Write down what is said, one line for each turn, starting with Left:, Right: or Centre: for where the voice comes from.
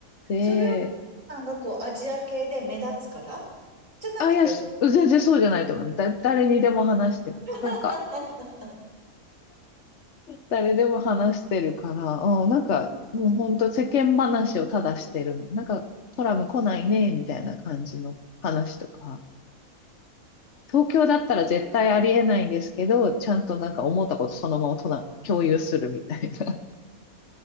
Left: で、
Right: それをさんがこうアジア系で目立つからじゃなくて、
Left: あ、いや、す全然そうじゃないと思う。だ、誰にでも話してます。
Right: <laughs>
Left: なんか、誰でも話してるから、あん、なんか、もう本当世間話をただしてる。
Right: うん
Left: なんか、コラム来ないね、みたいな感じの話とか。
Right: なるほど。
Left: 東京だったら絶対ありえないんですけど、ちゃんとなんか思ったことそのままとな共有するみたいな。